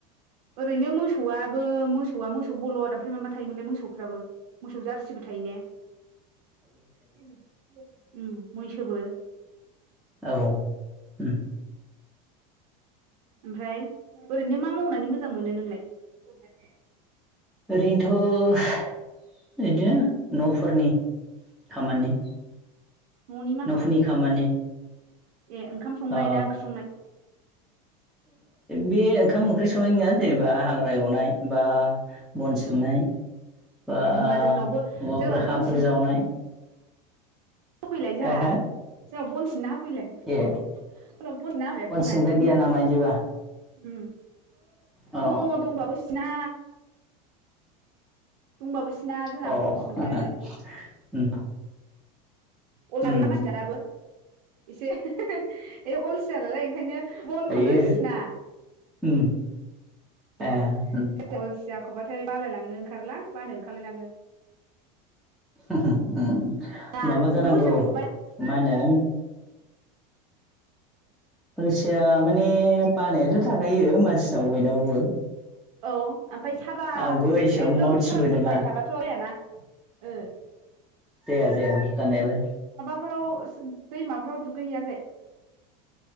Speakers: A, on the right (about 85°); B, in the centre.
A: ओरैनो मोसौआबो मोसौआ मोसौ बल'द ओमफ्राय माबा थायोमोनलाय मोसौफ्राबो मोसौ जारसिबो थायो थायो ने उम मैसोबो।
B: औ उम
A: ओमफ्राय ओरैनो मा मावनानै मोजां मोनो नोंलाय
B: ओरैनोथ' बिदिनो
A: उम
B: न'फोरनि। खामानि
A: न'नि मा
B: न'फोरनि खामानि
A: ए ओंखाम संनाय
B: ओ
A: ना ओंख्रि संनाय
B: बे ओंखाम ओंख्रि संनाय नङा जेनेबा हाग्रा एवनाय बा बन सिबनाय
A: औ
B: बा
A: ए होमबा जोंनावबो
B: माबाफोर
A: जोंनाव
B: हाफोर
A: बन
B: जावनाय।
A: सफैलाय जाहा
B: हो हो
A: जोंनाव बनसिनना होफैलाय जोंनाव
B: ए
A: बनसिना होफैलाय बन आ
B: सिनग्रा
A: नो गैला जोंना
B: गैया नामा इदिबा
A: उम
B: औ
A: दङ दंबाबो सिना दंबाबो सिना जोंना
B: अ
A: बन सिनग्रायानो
B: उम
A: अला
B: उम
A: मानसिनि जादाबो एसे ए अलसिया नालाय ओंखायनो बनखौनो
B: थायो
A: सिना
B: उम
A: औ
B: ए उम
A: अलसियाखौबाथाय बालायलांनो ओंखारोलां बानो ओंखारलायलाङो
B: उ उम उम
A: ना
B: माबा जानांगौ
A: नों अलसियाफोरखौ बाया
B: मा होनो हलसिया माने बानायाथ' थाखायो मानसिनाव बयनावबो
A: औ ओमफ्राय सारा
B: आंबो एसेबां
A: एकदम
B: मावथिबो
A: सारानबो
B: नङा
A: बायथाबाथ' जायाना ओ
B: जाया जाया दाननायालाय
A: फोराव दैमाफोराव दुगैहैयाखै